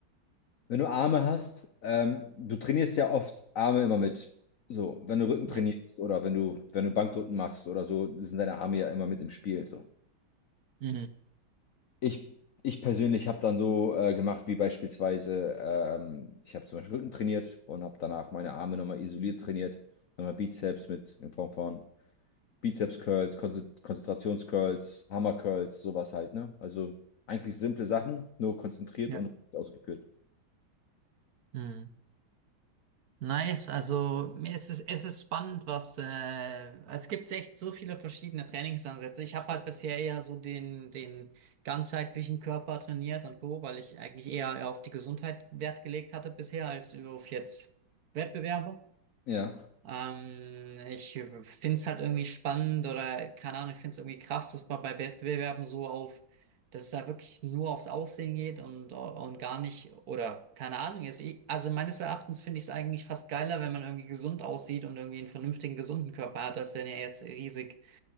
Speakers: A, on the left; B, on the right.
A: Wenn du Arme hast, ähm, du trainierst ja oft Arme immer mit. So, wenn du Rücken
B: Ja.
A: trainierst oder wenn du, wenn du Bankdrücken machst oder so, sind deine Arme ja immer mit im Spiel. So.
B: Mhm.
A: Ich, ich persönlich habe dann so äh, gemacht, wie beispielsweise, ähm, ich habe zum Beispiel Rücken trainiert und habe danach meine Arme nochmal isoliert trainiert, nochmal Bizeps mit in Form von Bizeps-Curls, Konze- Konzentrations-Curls, Hammer-Curls, sowas halt, ne? Also eigentlich simple Sachen, nur konzentriert
B: Ja.
A: und richtig ausgeführt.
B: Mhm. Nice, also es ist es, ist spannend, was äh, es gibt echt so viele verschiedene Trainingsansätze. Ich habe halt bisher eher so den, den ganzheitlichen Körper trainiert und so, weil ich eigentlich eher auf die Gesundheit Wert gelegt hatte bisher als auf jetzt Wettbewerbe.
A: Ja.
B: Ähm, ich finde es halt irgendwie spannend oder keine Ahnung, ich finde es irgendwie krass, dass man bei Wettbewerben so auf, dass es da wirklich nur aufs Aussehen geht und, und gar nicht, oder keine Ahnung, jetzt, ich- also meines Erachtens finde ich es eigentlich fast geiler, wenn man irgendwie gesund aussieht und irgendwie einen vernünftigen, gesunden Körper hat, als wenn er jetzt riesig,